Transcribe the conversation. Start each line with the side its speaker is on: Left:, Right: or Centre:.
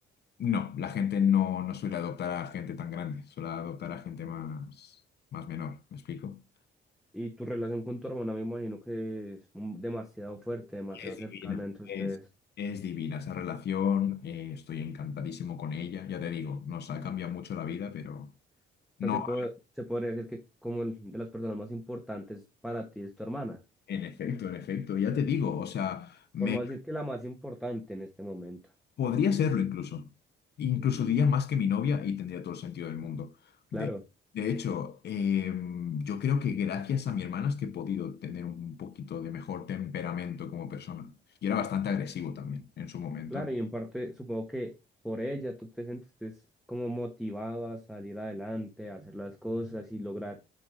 Left: no, la gente no, no suele adoptar a gente tan grande, suele adoptar a gente más, más menor, ¿me explico?
Centre: Y tu relación con tu hermana me imagino que es mm, demasiado fuerte, demasiado
Left: Es
Centre: cercana
Left: divina,
Centre: entre
Left: es,
Centre: ustedes.
Left: es divina esa relación, eh, estoy encantadísimo con ella, ya te digo, nos ha cambiado mucho la vida, pero...
Centre: O
Left: No,
Centre: sea, se puede, se podría decir que como el- de las personas más importantes para ti es tu hermana.
Left: En efecto, en efecto, ya te digo, o sea, me
Centre: Por no decir que la más importante en este momento.
Left: podría serlo incluso. Incluso diría más que mi novia y tendría todo el sentido del mundo.
Centre: Claro,
Left: De, de hecho, em, yo creo que gracias a mi hermana es que he podido tener un poquito de mejor temperamento como persona. Y era bastante agresivo también en su momento.
Centre: claro, y en parte supongo que por ella tú te sentiste como motivado a salir adelante, a hacer las cosas y lograr